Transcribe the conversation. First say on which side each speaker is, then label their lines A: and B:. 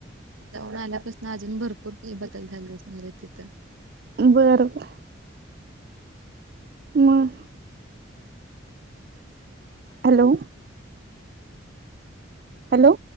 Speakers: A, on the right (about 85°); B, on the right (about 50°).
A: जाऊन आल्यापासून अजून भरपूर काही बदल झाला असणार आहे तिथं.
B: बरं बर. म. हॅलो. हॅलो.